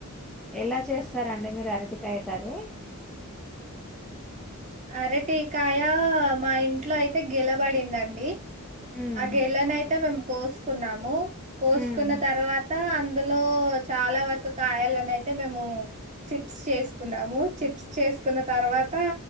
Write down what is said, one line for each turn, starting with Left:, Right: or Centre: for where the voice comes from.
Centre: ఎలా చేస్తారండి మీరు అరటికాయ కర్రీ?
Right: అరటికాయా మా ఇంట్లో అయితే గిలబడిందండి
Centre: ఉమ్
Right: ఆ గెలనైతే మేమ్ కోస్కున్నాము కోస్కున్న
Centre: ఉమ్
Right: తర్వాత అ దులో చాలా వరకు కాయాలనయితే మేము చిప్స్ చేస్కున్నాము చిప్స్ చేస్ కున్న తర్వాత